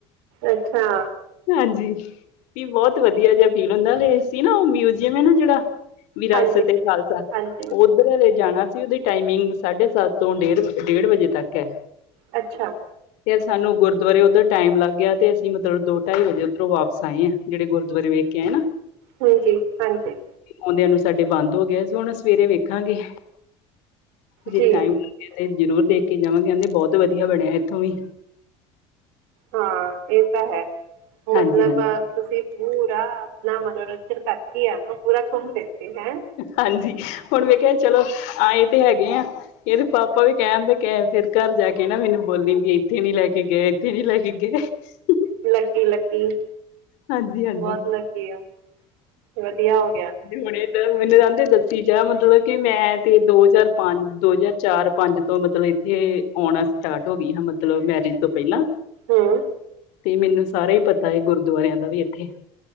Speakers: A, on the right; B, on the left.
A: ਅੱਛਾ।
B: ਹਾਂਜੀ ਵੀ ਬਹੁਤ ਵਧੀਆ ਜਾ ਫੀਲ ਹੁੰਦਾ ਸੀ ਨਾ ਉਹ ਮਿਊਜ਼ਅਮ ਹੈ ਨਾ ਜਿਹੜਾ ਵਿਰਾਸਤ-
A: ਹਾਂਜੀ,
B: ਏ- ਖਾਲਸਾ
A: ਹਾਂਜੀ,
B: ਉੱਧਰ ਹਲੇ ਜਾਣਾ। ਉਹਦੀ ਟਾਈਮਿੰਗ ਸਾਢੇ ਸੱਤ ਤੋਂ ਡੇਢ -ਡੇਢ ਵਜੇ ਤੱਕ ਹੈ।
A: ਅੱਛਾ।
B: ਤੇ ਸਾਨੂੰ ਗੁਰਦੁਆਰੇ ਉੱਧਰ ਟਾਈਮ ਲੱਗ ਗਿਆ ਤੇ ਅਸੀਂ ਮਤਲਬ ਦੋ ਢਾਈ ਵਜੇ ਉੱਧੋਂ ਵਾਪਸ ਆਏ ਆ, ਜਿੜੇ ਗੁਰਦਆਰੇ ਵੇਖ ਆਏ ਨਾ।
A: ਹੁਂਜੀ ਹਾਂਜੀ।
B: ਆਂਓਦਿਆਂ ਨੂੰ ਸਾਡੇ ਬੰਦ ਹੋ ਗਿਆ ਸੀ ਹੁਣ ਸਵੇਰੇ ਵੇਖਾਂਗੇ, ਜੇ
A: ਜੀ,
B: ਟਾਈਮ ਤੇ ਜ਼ਰੂਰ ਦੇਖ ਕੇ ਜਾਵਾਂਗੇ ਆਦੇਂ ਬਹੁਤ ਵਧੀਆ ਬਣਿਆ ਇੱਥੋਂ ਵੀ
A: ਹਾਂ ਇਹ ਤਾਂ ਹੈ, ਮਤਲਬ
B: ਹਾਂਜੀ ਹਾਂਜੀ
A: ਆ ਤੁਸੀਂ ਪੂਰਾ ਆਪਣਾ ਮਨੋਰੰਜਨ ਕਰਕੇ ਆਏ ਹੋ, ਪੂਰਾ ਘੁੰਮ ਫਿਰਕੇ ਹੈਂ।
B: ਹਾਂਜੀ, ਹੁਣ ਮੈਂ ਕਿਆ ਚਲੋ, ਆਏ ਤੇ ਹੈਗੇ ਆਂ। ਇਹਦੇ ਪਾਪਾ ਵੀ ਕਹਿਣ ਦੇ ਕਹਿਣ, ਫਿਰ ਘਰ ਜਾ ਕੇ ਨਾ ਮੈਨੂੰ ਬੋਲੀ ਵੀ ਇੱਥੇ ਨੀ ਲੈ ਕੇ ਗਏ-ਇੱਥੇ ਨੀ ਲੈ ਕੇ ਗਏ। ਹ।
A: ਲੱਕੀ -ਲੱਕੀ
B: ਹਾਂਜੀ ਹਾਂਜੀ
A: ਬਹੁਤ ਲੱਕੀ ਔ ਵਧੀਆ ਹੋ ਗਿਆ।
B: ਹੁਣੇ ਤਾਂ ਮੈਨੂੰ ਕਹਿੰਦੇ ਦੱਸੀ ਜਾ ਮਤਲਬ ਕਿ ਮੈਂ ਤੇ ਦੋ ਹਜ਼ਾਰ ਪੰਜ, ਦੋ ਹਜ਼ਾਰ ਚਾਰ - ਪੰਜ ਤੋਂ ਮਤਲਬ ਇੱਥੇ ਆਉਣਾ ਸਟਾਰਟ ਹੋ ਗਈ ਸਾ ਮਤਲਬ ਮੈਰਿਜ ਤੋਂ ਪਹਿਲਾ।
A: ਹਮ।
B: ਤੇ ਮੈਨੂੰ ਸਾਰਾ ਹੀ ਪਤਾ ਐ ਗੁਰਦੁਆਰਿਆਂ ਦਾ ਵੀ ਇੱਥੇ।